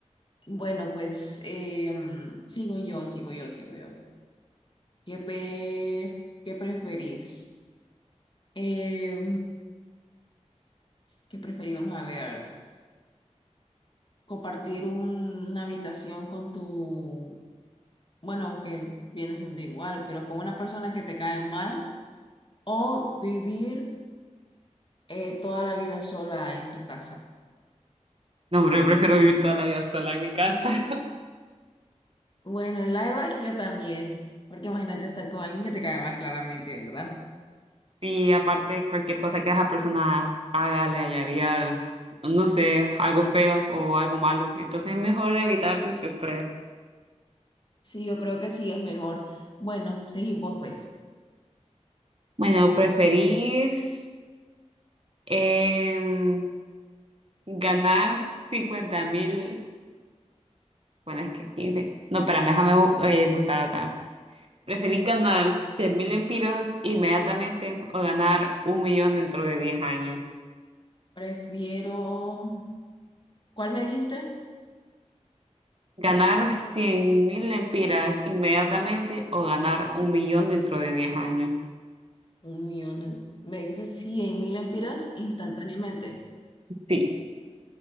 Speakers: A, on the left; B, on the right.
A: Bueno, pues em, sigo yo, sigo yo, sigo yo. ¿Qué, pe- qué preferís? Eh, ¿qué preferís? Vamos a ver. Compartir un- una habitación con tu, bueno, aunque viene siendo igual, pero con una persona que te cae mal o vivir eh, toda la vida sola en tu casa.
B: No, hombre, prefiero vivir toda la vida sola en mi casa. <laughs>
A: Bueno, y la verdad es que yo también, porque imagínate estar con alguien que te cae mal claramente, ¿verdad?
B: Y aparte, cualquier cosa que esa persona haga, le hallarías, no sé, algo feo o algo malo. Entonces es mejor evitarse ese estrés.
A: Sí, yo creo que sí es mejor. Bueno, seguimos pues.
B: Bueno, ¿preferís em, ganar 50 mil? Bueno, es que 15. No, espérame, déjame bu- eh, buscar acá. ¿Preferís ganar 100 mil empiras inmediatamente o ganar un millón dentro de 10 años?
A: Prefiero, ¿cuál me dijiste?
B: ¿Ganar 100 mil empiras inmediatamente o ganar un millón dentro de 10 años?
A: Un millón, de- me dices cien mil empiras instantáneamente.
B: Sí,